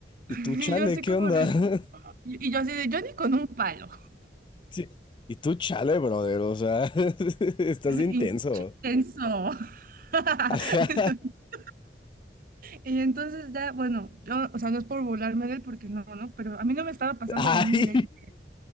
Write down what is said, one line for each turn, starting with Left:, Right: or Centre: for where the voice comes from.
Left: y
Right: Y
Left: tú, chale,
Right: yo así
Left: ¿qué
Right: como
Left: onda?
Right: de,
Left: <laughs>
Right: y yo así de, yo ni con un palo.
Left: Sí. Y tú, chale, brother, o sea, <laughs> estás
Right: <laughs>
Left: de intenso.
Right: Y tenso. <laughs>
Left: Ajá.
Right: Y entonces ya, bueno, yo, o sea, no es por burlarme de él porque no, ¿no? Pero a mí no me estaba pasando
Left: <laughs> Ay.
Right: lo mismo, le dije.